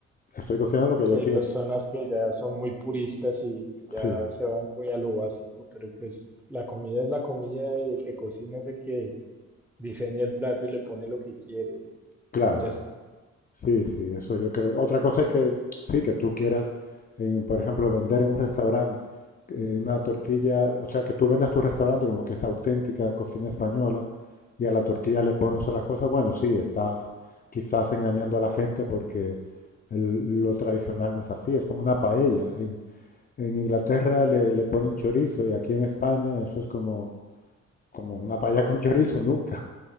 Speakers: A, on the left (about 30°); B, in the centre.
A: estoy cocinando lo
B: O
A: que yo
B: hay
A: quiero.
B: personas que ya son muy puristas y ya
A: Sí,
B: se van muy a lo básico, pero pues la comida es la comida y el que cocina es el que diseña el plato y le pone lo que quiere,
A: claro.
B: ya está.
A: Sí, sí, eso yo creo. Otra cosa es que sí, que tú quieras, en, por ejemplo, vender en un restaurante eh, una tortilla, o sea, que tú vendas tu restaurante como que es auténtica cocina española y a la tortilla le pones otras cosas, bueno, sí, estás quizás engañando a la gente porque el- lo tradicional no es así, es como una paella. En, en Inglaterra le, le ponen chorizo y aquí en España eso es como, como una paella con chorizo, nunca.